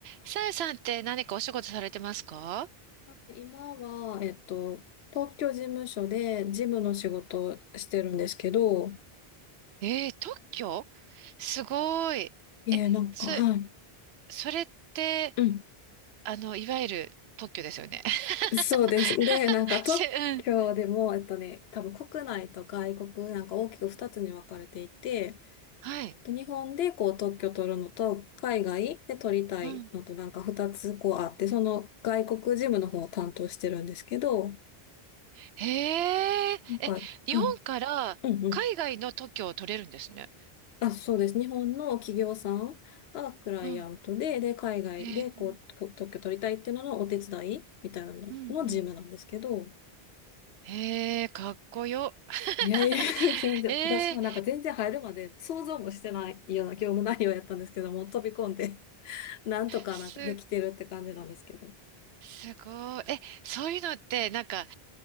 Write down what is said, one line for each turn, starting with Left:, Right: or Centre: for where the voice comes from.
Right: さやさんって何かお仕事されてますか
Left: 今は、えっと、東京事務所で事務の仕事をしてるんですけど、
Right: えー、特許すごい。
Left: いえ、
Right: え、
Left: なんか、
Right: そ、
Left: はい。
Right: それって、
Left: うん。
Right: あの、いわゆる特許ですよね。
Left: そうです。
Right: <laughs>
Left: で、なんか特許でも、
Right: せ、うん。
Left: えっとね、多分国内と外国、なんか大きく2つに分かれていて、
Right: はい。
Left: 日本でこう特許取るのと、海外で取りたいのと、
Right: うん。
Left: なんか2つこうあって、その外国事務の方を担当してるんですけど、
Right: へえ、
Left: なんか、
Right: え、
Left: はい。
Right: 日本から海外の特許を取れるんですね。
Left: うんうん。あ、そうです。日本の企業さんがクライアントで、
Right: うん。
Left: で、海外でこう、
Right: へえ、
Left: こ特許取りたいっていうののお手伝いみたいなのの事務なんですけど、
Right: うんうん。へえ、かっこよ。<laughs>
Left: いやいや、<laughs> 全然、
Right: えー、
Left: 私もなんか全然入るまで想像もしてないような業務内容やったんですけども、飛び込んで、<laughs> なんとかなんかできてるって感じなんですけど。
Right: す、すごい。え、そういうのって、なんか、